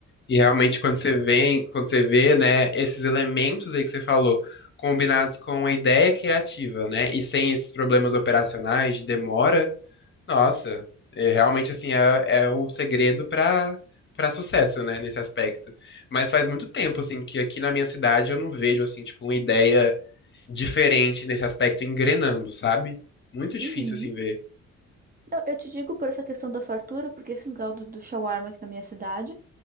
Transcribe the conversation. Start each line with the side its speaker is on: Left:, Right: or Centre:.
Left: E realmente, quando você vem, quando você vê, né, esses elementos aí que você falou, combinados com a ideia criativa, né, e sem esses problemas operacionais de demora, nossa, é, realmente, assim, é, é o segredo para para sucesso, né, nesse aspecto. Mas faz muito tempo, assim, que aqui na minha cidade eu não vejo, assim, tipo, uma ideia diferente nesse aspecto engrenando, sabe? Muito difícil,
Right: Uhum.
Left: assim, ver.
Right: Eu, eu te digo por essa questão da fartura, porque esse lugar do, do shawarma aqui na minha cidade